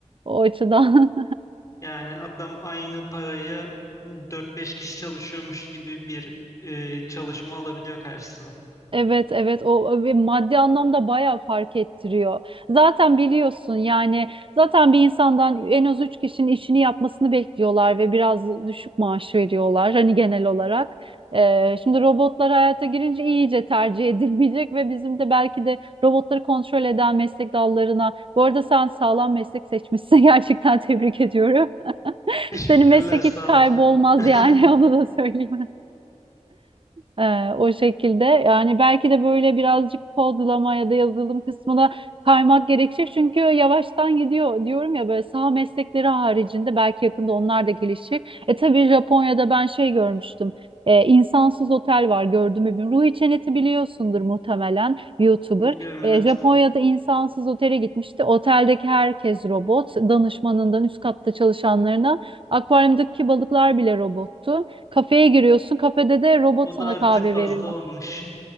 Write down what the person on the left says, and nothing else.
Yani adam aynı parayı dört beş kişi çalışıyormuş gibi bir e, çalışma alabiliyor karşısına.
Teşekkürler
sağ
ol. <laughs>
Biliyorum
evet.
O
da artık
fazla
olmuş.